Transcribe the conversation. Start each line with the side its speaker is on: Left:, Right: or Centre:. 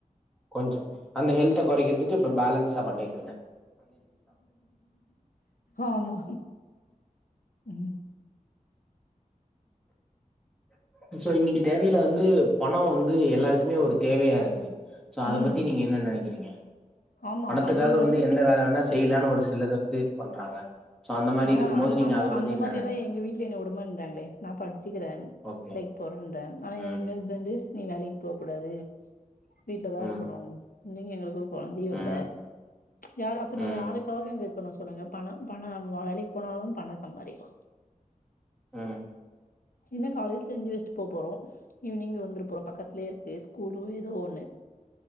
Centre: கொஞ்சோ அந்த ஹெல்த குறைக்கறதுக்கு இப்ப பேலன்ஸா பண்ணீர்றீங்க
Left: ஆமா உம்
Centre: சோ இன்னிக்கு தேவைல வந்து பணோ வந்து எல்லாருக்குமே ஒரு தேவயா இருக்கு சோ
Left: ம்
Centre: அத பத்தி நீங்க என்ன நினைக்கிறீங்க
Left: ஆமா
Centre: பணத்துக்காக
Left: பணோ இல்லாம
Centre: வந்து எந்த வேல வேனா செய்யலானு ஒரு சிலர் வந்து இது பண்றாங்க சோ அந்த மாரி
Left: ஆனா
Centre: இருக்கும் போது
Left: அந்த்
Centre: நீங்க
Left: அந்த
Centre: அத பத்தி
Left: அந்த
Centre: என்ன
Left: மாரி
Centre: நெனைக்கிறீங்க
Left: எதா எங்க வீட்ல என்ன உடமான்றாங்ளே நா பட்ச்சுக்குறே ன்
Centre: ஓகே
Left: லைக் போறேன்ற ஆனா
Centre: ம்
Left: எங்க ஹஸ்பண்டு நீ வேலைக்கு போக் கூடாது வீட்ல தா
Centre: ம்
Left: இருக்கணு இன்னிக்கு எங்களுக்கு கொழந்தையு இல்ல
Centre: ம்
Left: யார் அப்ப நா
Centre: ம்
Left: யாருக்காக இங்கருக்கணு சொல்லுங்க பண பணம் நா வேலைக்கு போனாலு பண சம்பாரிக்லா
Centre: ம்
Left: என்ன காலைல் செஞ்சு வச்சுட்டு போ போறோ ஈவ்னிங் வந்துர போறோ பக்கத்துலே இருக்கு ஸ்கூலோ எதோ ஒன்னு